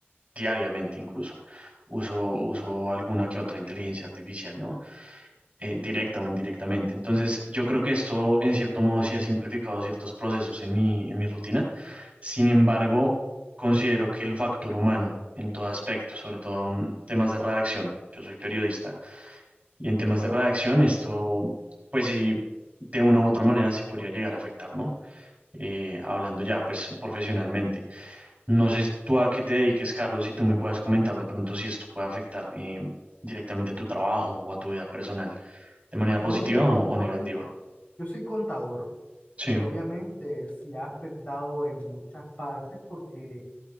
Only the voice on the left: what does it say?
Bueno, mira,
yo
soy,
yo soy contador
y obviamente sí ha afectado en muchas partes porque